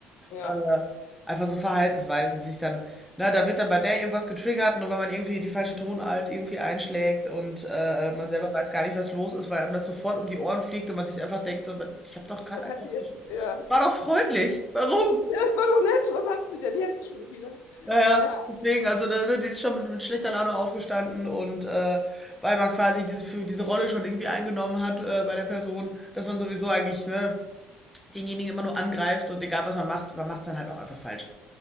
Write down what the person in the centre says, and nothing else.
Äh, einfach so Verhaltensweisen sich dann, na, da wird dann bei der irgendwas getriggert, nur weil man irgendwie die falsche Tonart irgendwie einschlägt und äh, man selber weiß gar nicht, was los ist, weil einem das sofort um die Ohren fliegt und man sich einfach denkt, so, man- ich habe doch gerade
einfach,
ich
war doch freundlich, warum?
Naja,
deswegen, also da, ne, die ist schon mit, mit schlechter Laune aufgestanden und äh, weil man quasi diese, für diese Rolle schon irgendwie eingenommen hat äh, bei der Person, dass man sowieso eigentlich ne, denjenigen immer nur angreift und egal was man macht, man macht es dann halt auch einfach falsch.